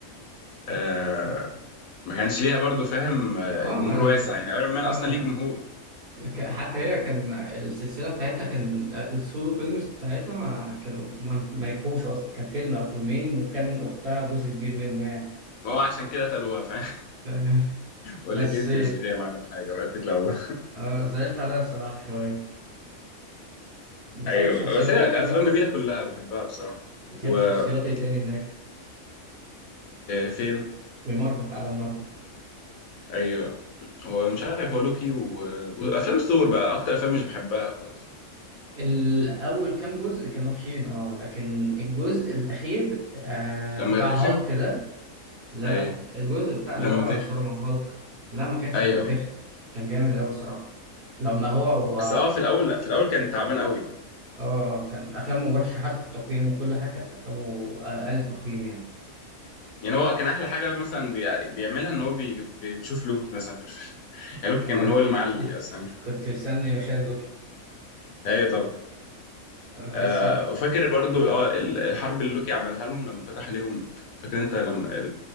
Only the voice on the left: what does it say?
آه ما كانش ليها برضه فاهم آه،
جمهور
واسع يعني ايرون مان
اصلا ليه جمهور
ما هو عشان كده قتلوها فاهم
بقول لك انت مش جايه معانا بحاجه واتك لا والله
<laughs>
ايوه
بس هي
افلام
جميله كلها بحبها بصراحه
وفي
فين
ايوه هو مش عارف هو لوكي و... وافلام ثور بقى اكتر افلام مش بحبها خالص
لما
تخن
ايوه
لما
تخن
ايوه
ايوه
بس
اه في الاول لا في الاول كان تعبان قوي
يعني هو كان احلى حاجه مثلا بي... بيعملها ان هو بي... بنشوف لوكي مثلا في الفيلم <laughs> يعني لوكي
كان هو
المعلي اصلا
ايوه طبعا
آه
وفاكر برضو اه ال- الحرب اللي لوكي عملها لهم لما فتح عليهم فاكر انت لما